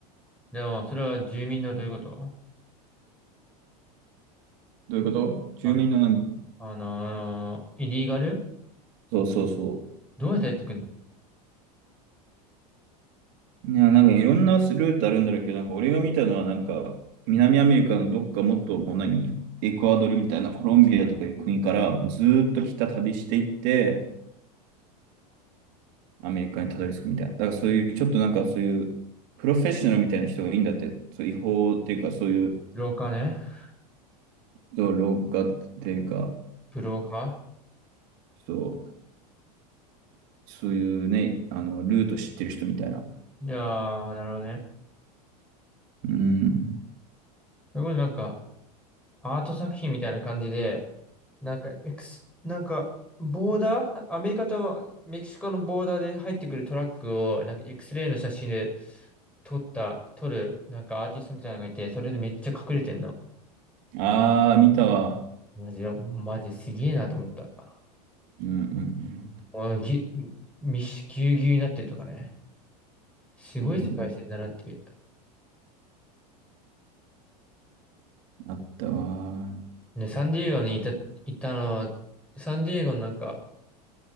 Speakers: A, in the centre; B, on the right.
A: でも、それは住民のどういうこと
B: どういうこと住民の何
A: あの、あのーイリーガル
B: そうそうそ
A: どうやってやってくるの
B: う。ね、なんかいろんなルートあるんだろうけど、なんか俺が見たのはなんか、南アメリカのどっかもっともう何エクアドルみたいなコロンビアとかいう国からずーっと北旅していって、アメリカにたどり着くみたいな。だからそういう、ちょっとなんかそういう、プロフェッショナルみたいな人がいいんだって、そう違法っていうかそういう、
A: ブローカーね。
B: そう、廊下っていうか、
A: ブローカ
B: そう、そういうね、あの、ルート知ってる人みたいな。
A: ーいやー、なるほどね。
B: うん。
A: それこそなんか、アート作品みたいな感じで、なんか、エクス、なんか、ボーダーアメリカとメキシコのボーダーで入ってくるトラックを、なんか、X-ray の写真で撮った、撮る、なんかアーティストみたいなのがいて、それでめっちゃ隠れてんの。
B: ああ、見たわ。
A: マジで、マジすげえなと思った。あ
B: うんうん
A: のぎ、み、みし、ぎゅうぎゅうになってるとかね。すごい世界線だなっていう。
B: うん。うんうん、あったわ。
A: ね、サンディエゴにいた、いたのは、サンディエゴのなんか